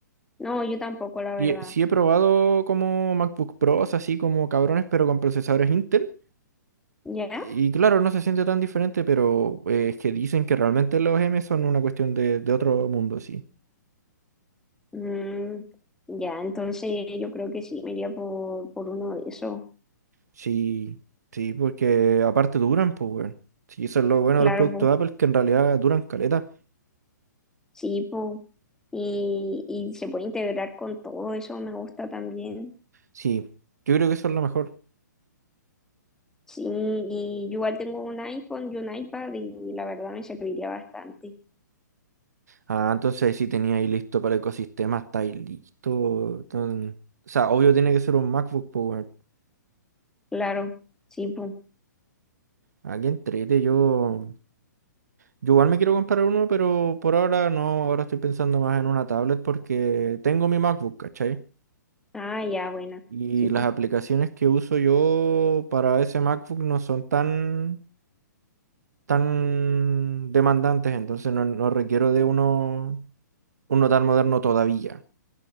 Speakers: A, in the centre; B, on the right (about 60°).
A: No, yo tampoco, la
B: Y
A: verdad.
B: eh, sí he probado como MacBook Pros, así como cabrones, pero con procesadores Intel.
A: ¿Ya?
B: Y claro, no se siente tan diferente, pero eh, es que dicen que realmente los M son una cuestión de, de otro mundo, sí.
A: Mm, ya, entonces yo creo que sí, me iría por, por uno de esos.
B: Sí, sí, porque aparte duran, pues, weón. Sí, eso es lo bueno
A: Claro,
B: de los productos
A: po.
B: de Apple, que en realidad duran caleta.
A: sí, po. Y, y se puede integrar con todo, eso me gusta también.
B: Sí, yo creo que eso es lo mejor.
A: Sí, y yo igual tengo un iPhone y un iPad y la verdad me serviría bastante.
B: Ah, entonces si tenía ahí listo para el ecosistema, está ahí listo. Entonces, o sea, obvio tiene que ser un MacBook Power.
A: Claro, sí, pues.
B: Aquí entrete, yo, yo igual me quiero comprar uno, pero por ahora no, ahora estoy pensando más en una tablet porque tengo mi MacBook, ¿cachai?
A: Ah, ya, buena.
B: Y
A: Sí, pues.
B: las aplicaciones que uso yo para ese MacBook no son tan, tan demandantes, entonces no, no requiero de uno, uno tan moderno todavía,